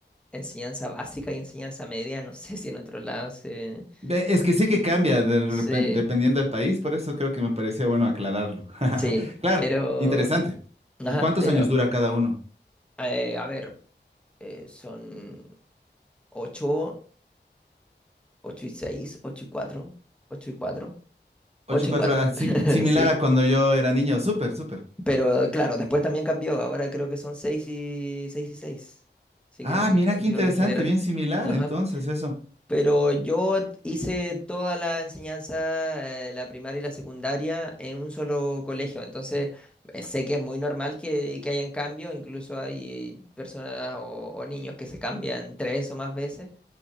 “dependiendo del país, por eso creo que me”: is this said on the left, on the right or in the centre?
Right